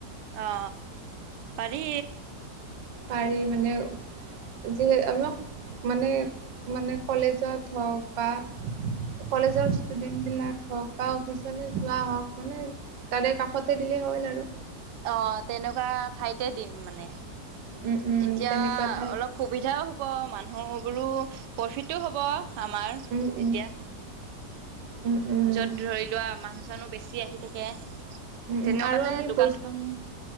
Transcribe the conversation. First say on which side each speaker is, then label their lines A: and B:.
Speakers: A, on the right (about 75°); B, on the right (about 90°).
A: অ, পাৰি।
B: পাৰি মানে যিহেতু আমি মানে, মানে কলেজত হওঁক বা কলেজৰ ষ্টুডেন্ট বিলাক হওক বা অফিচলে যোৱা হওক মানে তাৰে কাষতে দিলে হ'ল আৰু
A: অ তেনেকুৱা ঠাইতে দিম মানে
B: উম উম
A: তেতিয়া
B: তেনেকুৱা ঠাইত
A: অলপ সুবিধাও হ'ব মানুহ বোৰো প্ৰফিটো হ'ব আমাৰ
B: উম
A: তেতিয়া
B: উম উম উম
A: য'ত ধৰি লোৱা মানুহ চানো বেছি আহি থাকে।
B: উম
A: তেনেকুৱাতে
B: উম আৰু আমি
A: দোকানখন
B: ব